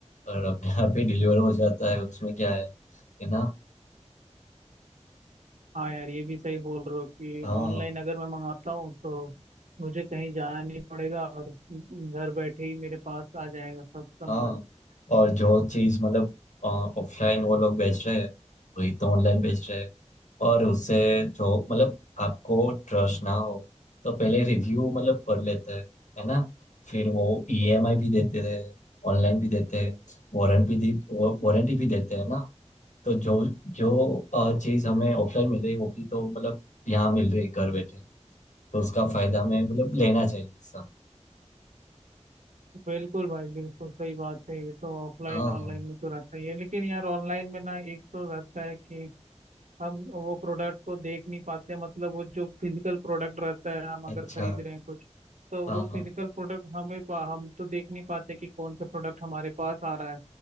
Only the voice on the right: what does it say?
हाँ यार ये भी सही बोल रहे हो कि
ऑनलाइन अगर मैं मंगाता हूँ तो मुझे कहीं जाना नहीं पड़ेगा और घर बैठे ही मेरे पास आ जाएगा सब सामान
बिल्कुल भाई बिल्कुल सही बात है ये तो ऑफलाइन
ऑनलाइन में तो रहता ही है लेकिन यार ऑनलाइन में ना एक तो रहता है कि हम वो प्रोडक्ट को देख नहीं पाते मतलब वो जो फिजिकल प्रोडक्ट रहता है हम अगर
खरीद रहे हैं कुछ तो
वो
फिजिकल प्रोडक्ट हमें पा- हम तो देख नहीं पाते कि कौन सा प्रोडक्ट हमारे पास आ रहा है